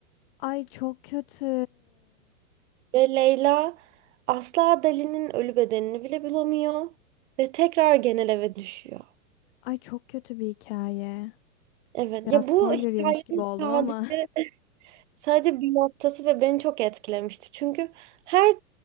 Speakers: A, on the left (about 40°); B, on the right (about 50°).
A: Ay çok kötü.
B: Ve Leyla asla Dali'nin ölü bedenini bile bulamıyor ve tekrar genel eve düşüyor.
A: Ay çok kötü bir hikaye.
B: Evet
A: Biraz
B: ya
A: spoiler
B: bu hikayenin
A: yemiş gibi oldum
B: sadece
A: ama.
B: sadece bir noktası ve beni çok etkilemişti. Çünkü her